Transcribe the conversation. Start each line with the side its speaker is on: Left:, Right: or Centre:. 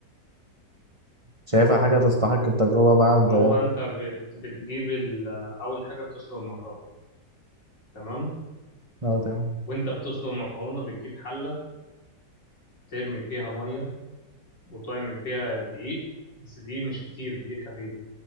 Right: شايفها حاجة تستحق التجربة بعد
Left: هو انت بت... بتجيب ال... اول حاجه بتسلق المكرونه تمام
Right: اه تمام
Left: وانت بتسلق المكرونه بتجيب حله ترمي فيها ميه وتعمل فيها دقيق بس دقيق مش كتير دقيق خفيف